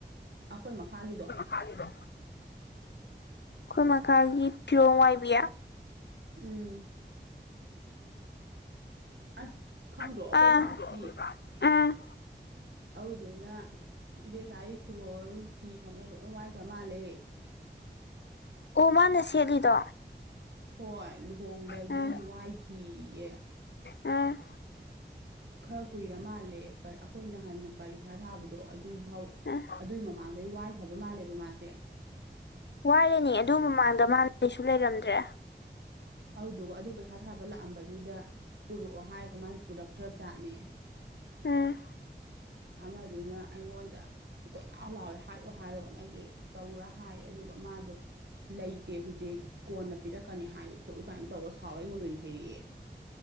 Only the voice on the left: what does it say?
ꯈꯥꯒꯤꯗꯣ ꯑꯈꯣꯏ ꯃꯈꯥꯒꯤ ꯐꯤꯔꯣꯟ ꯋꯥꯏꯕꯤ
ꯑꯥ
ꯎꯝ
ꯑꯣ ꯃꯥꯅ ꯁꯦꯠꯂꯤꯗꯣ
ꯎꯝ
ꯎꯝ
ꯎꯝ
ꯋꯥꯏꯔꯤꯅꯦ ꯑꯗꯨ ꯃꯃꯥꯡꯗ ꯃꯥ ꯂꯩꯁꯨ ꯂꯩꯔꯝꯗ꯭ꯔꯦ
ꯎꯝ